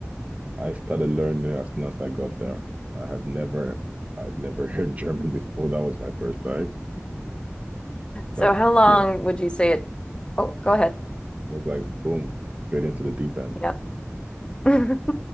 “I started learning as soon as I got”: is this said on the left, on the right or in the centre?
Right